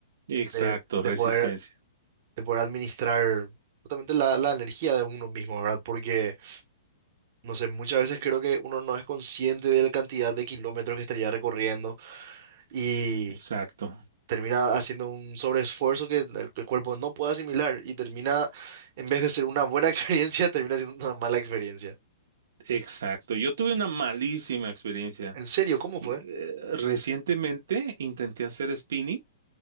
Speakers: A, on the right (about 65°); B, on the right (about 40°).
A: Exacto,
B: de, de
A: resistencia.
B: poder, de poder administrar justamente la, la energía de uno mismo, ¿verdad? Porque, no sé, muchas veces creo que uno no es consciente de la cantidad de kilómetros que estaría recorriendo. y
A: Exacto,
B: termina haciendo un sobreesfuerzo que el, el cuerpo no puede asimilar y termina, en vez de ser una buena <laughs> experiencia, termina siendo una mala experiencia.
A: exacto. Yo tuve una malísima experiencia.
B: ¿En serio? ¿Cómo fue?
A: Eh, Recientemente intenté hacer spinning